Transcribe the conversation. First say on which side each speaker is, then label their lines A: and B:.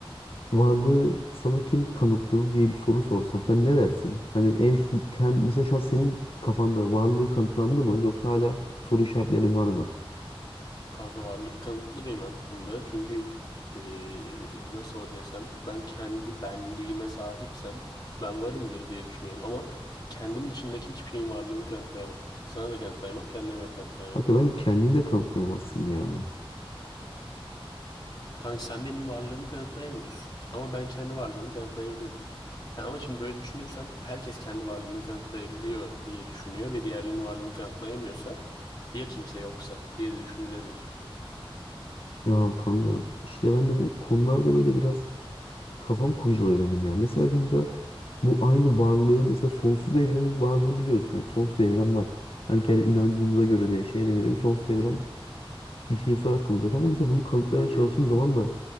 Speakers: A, on the left (about 70°); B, on the left (about 45°).
A: varlığı sana kim kanıtladı diye bir soru sorsam sen ne dersin? Hani en son, kend- mesela şu an senin kafanda varlığı kanıtlandı mı yoksa hala soru işaretlerin var mı?
B: Kanka varlık kanıtlı benim aklımda. Çünkü eee, nasıl desem ben kendi benliğime sahipsem ben varımdır diye düşünüyorum. Ama kendim dışındaki hiçbir şeyin varlığını kanıtlayamam. Sana da kanıtlayamam, kendime de kanıtlayamam.
A: Kanka bence kendini de kanıtlayamazsın ya.
B: Kanka sen benim varlığımı kanıtlayamıyorsun. Ama ben kendi varlığımı kanıtlayabilirim. Ha, ama şimdi böyle düşünürsem herkes kendi varlığını kanıtlayabiliyor diye düşünüyor ve diğerlerinin varlığını kanıtlayamıyorsa ya kimse yoksa diye de düşünülebilir.
A: Ya kanka işte ben de bu konularda böyle biraz Kafam kurcalıyor benim ya. Mesela kanka bu aynı varlığı mesela sonsuz evrenin varlığını biliyoruz kanka. Sonsuz evren var. Hani kendi inancımıza göre de şeye de göre bir sonsuz evren düşüncesi var aklımızda kanka. Mesela bunu kanıtlamaya
B: Hı hı.
A: çalıştığım zaman da